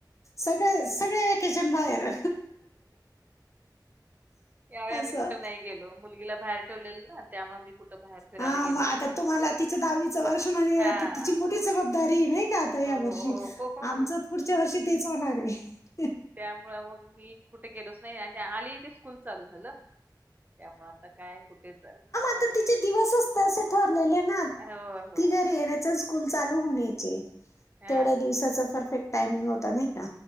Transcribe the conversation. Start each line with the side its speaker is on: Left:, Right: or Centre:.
Left: सगळे सगळे किचन बाहेर.
Right: त्यावेळी आम्ही
Left: असं
Right: कुठ नाही गेलो मुलगीला बाहेर ठेवलेल ना त्यामुळे मी कुठं बाहेर फिरायला
Left: हा मग
Right: गेलोच
Left: आता
Right: नाही
Left: तुम्हाला तिचं दहावीच वर्ष म्हणजे
Right: हा
Left: आता तिची मोठी जबाबदारी नाही का आता या
Right: हो,
Left: वर्षी
Right: हो, हो.
Left: आमच पुढच्या वर्षी तेच होणार हे.
Right: त्यामुळे मग मी कुठे गेलोच नाही आणि आली ते स्कूल चालू झालं. त्यामुळे आता काय कुठे जाणार नाही आता
Left: तर तिचे दिवस असत असे ठरलेले ना
Right: हो, हो,
Left: ती
Right: हो.
Left: घरी येण्याच स्कूल चालू होण्याचे
Right: हा
Left: तेवढ्या दिवसाच परफेक्ट टायमिंग होता नाही का